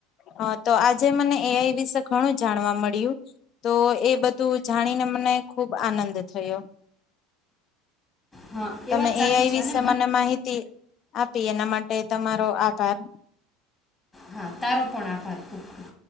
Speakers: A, on the left; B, on the left.
A: હા, તો આજે મને એ આઈ વિશે ઘણું જાણવા મળ્યું તો એ બધું જાણીને મને ખુબ આનંદ થયો.
B: હા
A: તમે
B: વાત સાચી
A: એ આઈ
B: છે
A: વિશે
B: અને
A: મને માહિતી આપ પી એના માટે તમારો આભાર.
B: હા, તારો પણ આભાર ખુબ ખબ.